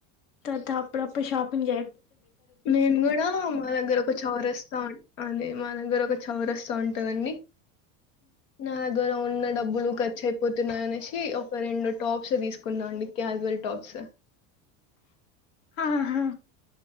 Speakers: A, on the left (about 70°); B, on the left (about 80°).
A: తత అప్పుడప్పుడు షాపింగ్ చే
B: నేను కూడా మా దగ్గర ఒక చౌరస్తా ఉంది మా దగ్గర ఒక చౌరస్తా ఉంటు దండి నా దగ్గర ఉన్న డబ్బులు ఖర్చు అయిపోతున్నాయి అనేసి ఒక రెండు టాప్స్ తీసుకున్నా అండి క్యాజువల్ టాప్స్
A: ఆహా